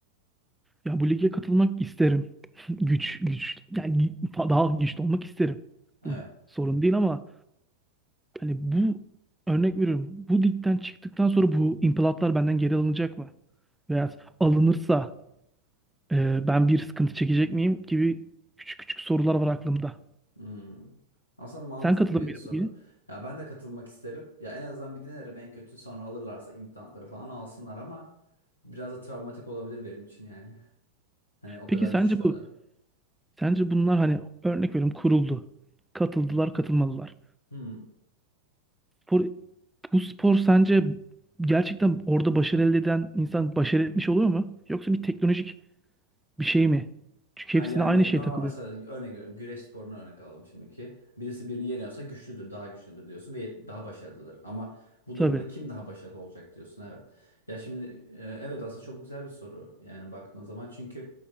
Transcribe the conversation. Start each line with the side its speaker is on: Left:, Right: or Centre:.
Centre: Ya bu lige katılmak isterim. <laughs> Güç, güç. Yani gü- fa- daha güçlü olmak isterim.
Left: Evet.
Centre: Bu sorun değil ama hani bu örnek veriyorum. Bu ligden çıktıktan sonra bu implatlar benden geri alınacak mı? Veya alınırsa e, ben bir sıkıntı çekecek miyim gibi küçük küçük sorular var aklımda.
Left: Hmm. Aslında mantıklı
Centre: Sen katılır
Left: bir
Centre: mıydın
Left: soru.
Centre: bugün?
Left: Ya ben de katılmak isterim. Ya en azından bir denerim. En kötü sonra alırlarsa implantları falan alsınlar ama biraz da travmatik olabilir benim için yani. <laughs> Hani o
Centre: Peki
Left: kadar
Centre: sence
Left: güçlü. olan-
Centre: bu sence bunlar hani örnek veriyorum kuruldu. Katıldılar, katılmalılar.
Left: Hmm.
Centre: Spor Bu spor sence gerçekten orada başarı elde eden insan başarı etmiş oluyor mu? Yoksa bir teknolojik bir şey mi? Çünkü
Left: Ha
Centre: hepsine
Left: yani
Centre: aynı şey
Left: normal
Centre: takılıyor.
Left: mesela örnek veriyorum. Güreş sporunu örnek alalım şimdiki. Birisi birini yeniyorsa güçlüdür, daha güçlüdür diyorsun ve daha başarılıdır. Ama bu
Centre: Tabii.
Left: durumda kim daha başarılı olacak diyorsun evet. Ya şimdi e, evet aslında çok güzel bir soru yani baktığın zaman. Çünkü